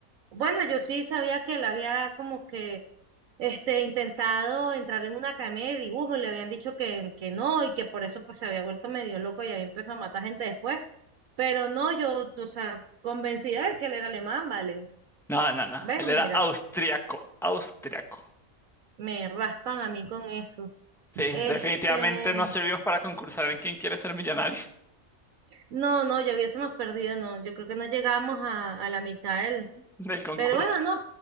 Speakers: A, on the right (about 75°); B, in the centre.
A: bueno, yo sí sabía que él había como que, este, intentado entrar en una academia de dibujo, y le habían dicho que, que no, y que por eso pues se había vuelto medio loco y había empezado a matar gente después, pero no, yo, o sea, convencida de que él era alemán, vale,
B: No, no, no.
A: ves,
B: Él
A: mira,
B: era austriaco, austriaco.
A: me raspan a mí con eso.
B: Sí,
A: Este,
B: definitivamente no servimos para concursar en quién quiere ser millonario.
A: no, no, ya hubiésemos perdido, no, yo creo que no llegamos a, a la mitad del,
B: del concurso.
A: pero bueno, no,